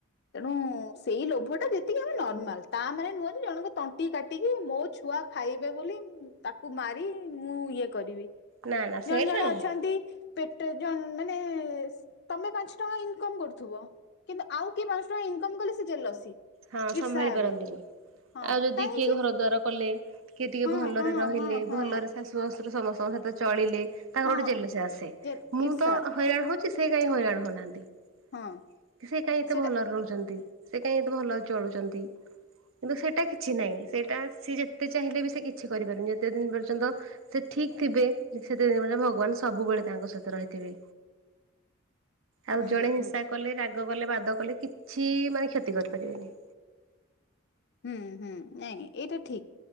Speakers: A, on the left; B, on the right.
A: ତେଣୁ ସେଇ ଲୋଭ ଟା ଯେତିକି ଆମେ ନର୍ମାଲ ତା ମାନେ ନୁହଁ ଯେ ଜଣକ ତଣ୍ଟି କାଟିକି ମୋ ଛୁଆ ଆ ଖାଇବେ ବୋଲି ମ୍ ତାକୁ ମାରି ମୁଁ ଇଏ କରିବି।
B: ନା ନା
A: ଜଣ
B: ସେଇଟା
A: ଜଣେ
B: ନୁହେଁ
A: ଅଛନ୍ତି ପେଟ ଜନ୍ ମାନେ ନେ ତମେ ପାଞ୍ଚ ଟଙ୍କା ଇନକମ କରୁଥିବ। କିନ୍ତୁ ଆଉ କିଏ ପାଞ୍ଚ ଟଙ୍କା ଇନକମ କଲେ ସେ ଜେଲସି।
B: ହଁ ସମ୍ଭାଳି
A: ଇର୍ଷା ହେବେ
B: ପାରନ୍ତିନି।
A: ହଁ
B: ଆଉ ଯଦି
A: କାହିଁକି
B: କିଏ ଘର ଦ୍ୱାର କଲେ କିଏ ଟିକେ
A: ହଁ
B: ଭଲରେ
A: ହଁ
B: ରହିଲେ
A: ହଁ ହଁ
B: ଭଲରେ ଶାଶୁ ଶଶୁର ସମସ୍ତଙ୍କ ସହିତ ଚଳିଲେ ତାଙ୍କର
A: ହଁ
B: ଗୋଟେ ଜେଲସି ଆସେ।
A: ଯେ
B: ମୁଁ
A: ଇର୍ଷା
B: ତ ହଇରାଣ ହଉଛି ସେ କାହିଁ ହଇରାଣ ହଉନାହାନ୍ତି। <inaudible>
A: ହଁ
B: ସେ କାହିଁ ଏତେ
A: ସେଟା
B: ଭଲରେ ରହୁଛନ୍ତି। ସେ କାହିଁ ଏତେ ଭଲ ଚଳୁଛନ୍ତି। କିନ୍ତୁ ସେଇଟା କିଛି ନାହିଁ ସେଇଟା ସିଏ ଯେତେ ଚାହିଁଲେ ବି ସେ କିଛି କରିପାରୁନି। ଯେତେ ଦିନ ପର୍ଯ୍ୟନ୍ତ ସେ ଠିକ ଥିବେ <unintelligible> ଭଗବାନ ସବୁବେଳେ ତାଙ୍କ ସହିତ ରହିଥିବେ। ଆଉ
A: ହୁଁ
B: ଜଣେ ହିଂସା
A: ହୁଁ
B: କଲେ ରାଗ କଲେ ବାଦ କଲେ କିଛି ମାନେ କ୍ଷତି କରି ପାରିବନି। <inaudible>
A: ହୁଁ ହୁଁ ନାଇ ଏଇଟା ଠିକ୍।